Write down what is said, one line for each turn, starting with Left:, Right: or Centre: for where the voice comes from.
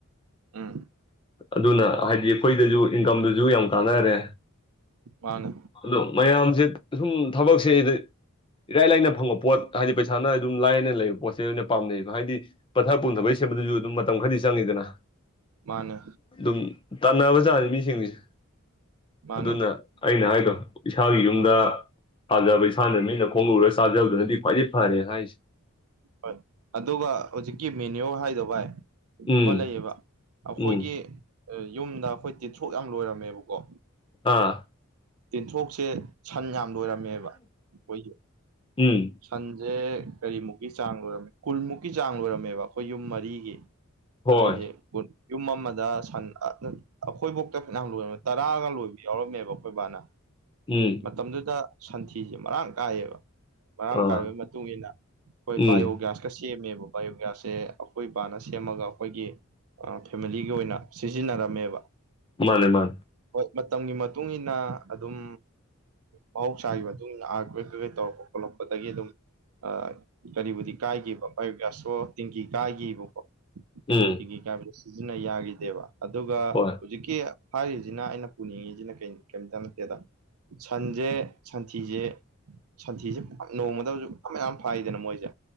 Right: ꯎꯝ
Left: ꯑꯗꯨꯅ ꯍꯥꯏꯗꯤ ꯑꯩꯈꯣꯏꯗꯁꯨ ꯏꯟꯀꯝꯗꯨꯁꯨ ꯌꯥꯝ ꯀꯥꯟꯅꯔꯦ
Right: ꯃꯥꯅꯦ
Left: ꯑꯗꯣ ꯃꯌꯥꯝꯁꯦ ꯁꯨꯝ ꯊꯕꯛꯁꯦꯗ ꯏꯔꯥꯏ ꯂꯥꯏꯅ ꯐꯪꯕ ꯄꯣꯠ ꯍꯥꯏꯗꯤ ꯄꯩꯁꯥꯅ ꯑꯗꯨꯝ ꯂꯥꯏꯅ ꯂꯩꯕ ꯄꯣꯠꯁꯦ ꯑꯣꯏꯅ ꯄꯥꯝꯅꯩꯌꯦꯕ ꯍꯥꯏꯗꯤ ꯄꯟꯊꯥ ꯄꯨꯝꯊꯕꯩ ꯁꯦꯝꯕꯗꯨꯁꯨ ꯑꯗꯨꯝ ꯃꯇꯝ ꯈꯔꯗꯤ ꯆꯪꯉꯤꯗꯅ
Right: ꯃꯥꯅꯦ
Left: ꯑꯗꯨꯝ ꯇꯥꯟꯅꯕꯖꯥꯅꯤ ꯃꯤꯁꯤꯡꯁꯤ
Right: ꯃꯥꯅꯦ
Left: ꯑꯗꯨꯅ ꯑꯩꯅ ꯍꯥꯏꯗꯣ ꯏꯁꯥꯒꯤ ꯌꯨꯝꯗ ꯄꯥꯟꯖꯕ ꯏꯁꯥꯅ ꯃꯤꯠꯅ ꯈꯣꯡꯅ ꯎꯔꯒ ꯆꯥꯖꯕꯗꯨꯅꯗꯤ ꯈ꯭ꯋꯥꯏꯗꯒꯤ ꯐꯔꯦ ꯍꯥꯏꯁꯦ
Right: ꯍꯣꯏ ꯑꯗꯨꯒ ꯍꯧꯖꯤꯛꯀꯤ ꯃꯦꯅꯤꯌꯣ ꯍꯥꯏꯗꯣ ꯚꯥꯏ
Left: ꯎꯝ
Right: ꯑꯃ ꯂꯩꯌꯦꯕ ꯑꯩꯈꯣꯏꯒꯤ
Left: ꯎꯝ
Right: ꯌꯨꯝꯗ ꯑꯩꯈꯣꯏ ꯇꯤꯊ꯭ꯔꯣꯛ ꯌꯥꯝ ꯂꯣꯏꯔꯝꯃꯦꯕꯀꯣ
Left: ꯑꯥ
Right: ꯇꯤꯟꯊ꯭ꯔꯣꯛꯁꯦ ꯁꯟ ꯌꯥꯝ ꯂꯣꯏꯔꯝꯃꯦꯕ ꯑꯩꯈꯣꯏꯒꯤ
Left: ꯎꯝ
Right: ꯁꯟꯁꯦ ꯀꯔꯤꯃꯨꯛꯀꯤ ꯆꯥꯡ ꯂꯣꯏꯔꯝꯃꯦ ꯀꯨꯟꯃꯨꯛꯀꯤ ꯆꯥꯡ ꯂꯣꯏꯔꯝꯃꯦꯕ ꯑꯩꯈꯣꯏ ꯌꯨꯝ ꯃꯔꯤꯒꯤ
Left: ꯍꯣꯏ
Right: ꯑꯗꯩꯗꯤ ꯀꯨꯠ ꯌꯨꯝ ꯑꯃꯗ ꯁꯟ ꯑꯈꯣꯏꯕꯣꯛꯇ ꯐꯅꯌꯥꯝ ꯂꯣꯏꯔꯝꯃꯦ ꯇꯔꯥꯒ ꯂꯣꯏꯕ ꯌꯥꯎꯔꯝꯃꯦꯕ ꯈꯣꯏꯕꯅ
Left: ꯎꯝ
Right: ꯃꯇꯝꯗꯨꯗ ꯁꯟꯊꯤꯁꯦ ꯃꯔꯥꯡ ꯀꯥꯏꯌꯦꯕ ꯃꯔꯥꯡ
Left: ꯑꯥ
Right: ꯀꯥꯏꯕꯩ ꯃꯇꯨꯡ ꯏꯟꯅ ꯑꯩꯈꯣꯏ
Left: ꯎꯝ
Right: ꯕꯥꯏꯑꯣꯒ꯭ꯌꯥꯁ ꯀ ꯁꯦꯝꯃꯦꯕ ꯕꯥꯏꯑꯣꯒ꯭ꯌꯥꯁꯁꯦ ꯑꯈꯣꯏꯕꯥꯅ ꯁꯦꯝꯃꯒ ꯑꯩꯈꯣꯏꯒꯤ ꯑ ꯐꯦꯃꯤꯂꯤꯒꯤ ꯑꯣꯏꯅ ꯁꯤꯖꯤꯟꯅꯔꯝꯃꯦꯕ
Left: ꯃꯥꯅꯦ ꯃꯥꯟ
Right: ꯍꯣꯏ ꯃꯇꯝꯒꯤ ꯃꯇꯨꯡ ꯏꯟꯅ ꯑꯗꯨꯝ ꯃꯍꯧꯁꯥꯒꯤ ꯃꯇꯨꯡ ꯏꯟꯅ ꯑꯥꯔꯠꯀ꯭ꯋꯦꯛ ꯀꯩ ꯀꯩ ꯇꯧꯔꯛꯄ ꯈꯣꯠꯂꯛꯄꯗꯒꯤ ꯑꯗꯨꯝ ꯑ ꯀꯔꯤꯕꯨꯗꯤ ꯀꯥꯏꯒꯤꯕ ꯕꯥꯏꯌꫭ ꯒ꯭ꯌꯥꯁ ꯇꯤꯡꯀꯤ ꯀꯥꯏꯒꯤꯕꯀꯣ
Left: ꯎꯝ
Right: ꯇꯤꯡꯀꯤ ꯀꯥꯏꯕꯗ ꯁꯤꯖꯤꯟꯅ ꯌꯥꯒꯤꯗꯦꯕ ꯑꯗꯨꯒ
Left: ꯍꯣꯏ
Right: ꯍꯧꯖꯤꯛ ꯀꯤ ꯍꯥꯏꯔꯤꯖꯤꯅ ꯑꯩꯅ ꯄꯨꯅꯤꯡꯉꯤꯖꯤꯅ ꯀꯩꯝꯇ ꯅꯠꯇꯦꯗ ꯁꯟꯖꯦ ꯁꯟꯊꯤꯖꯦ ꯁꯟꯊꯤꯖꯦ <unintelligible> ꯅꯣꯡꯃꯗ <unintelligible> ꯃꯌꯥꯝ ꯃꯌꯥꯝ ꯐꯥꯏꯗꯅ ꯃꯣꯏꯖꯦ